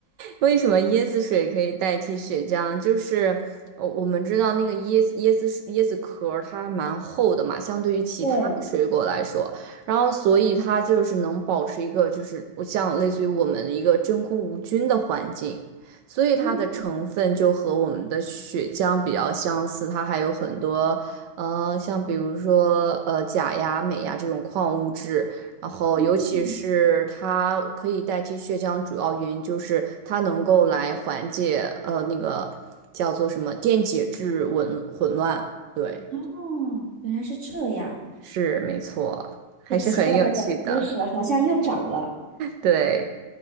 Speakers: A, on the right; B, on the right.
A: 为什么椰子水可以代替血浆？就是我我们知道那个椰子椰子水椰子壳儿它蛮厚的嘛，相对于其他水果来说，
B: 对，
A: 然后所以它就是能保持一个就是像类似于我们一个真空无菌的环境，所以它的成分就和我们的血浆比较相似，
B: 嗯
A: 它还有很多呃像比如说呃钾呀、镁呀这种矿物质。然后，
B: 嗯，
A: 尤其是它可以代替血浆，主要原因就是它能够来缓解呃那个叫做什么电解质紊混乱。对，
B: 哦，原来是这样，
A: 是没错，还是很有趣的。
B: 这奇怪的冷知识好像又长了。
A: 对，